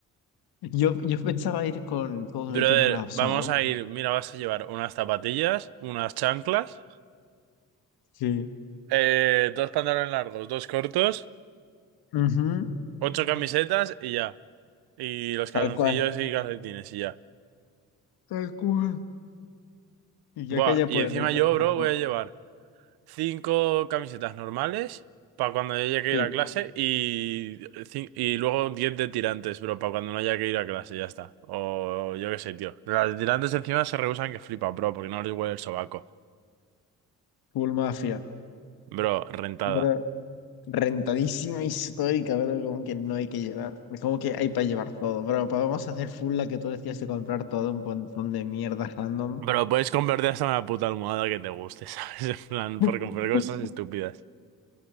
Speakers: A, on the left (about 75°); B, on the right (about 80°).
A: Yo, yo pensaba ir con todo
B: Brother,
A: metido en una
B: vamos
A: sola bolsa.
B: a ir. Mira, vas a llevar unas zapatillas, unas chanclas,
A: Sí.
B: eh, dos pantalones largos, dos cortos,
A: Ujú,
B: ocho camisetas y ya. Y los calzoncillos
A: Tal cual.
B: y calcetines y ya.
A: Tal cual. Y
B: Buah,
A: ya que ella
B: y
A: por
B: encima
A: ahí para
B: yo,
A: lavar
B: bro,
A: ropa.
B: voy a llevar Cinco camisetas normales para cuando haya que
A: Sí,
B: ir a clase y, cin- y luego 10 de tirantes, bro, para cuando no haya que ir a clase, ya está. O yo qué sé, tío. Las de tirantes encima se rehusan que flipa, bro, porque no les huele el sobaco.
A: full mafia.
B: Bro, rentada.
A: Pero rentadísima histórica, bro. Como que no hay que llevar. Es como que hay para llevar todo, Pero vamos a hacer full la que tú decías de comprar todo un montón de mierdas random.
B: Bro, puedes convertir hasta una puta almohada que te guste, <laughs> ¿sabes? En plan,
A: <laughs>
B: por comprar cosas estúpidas.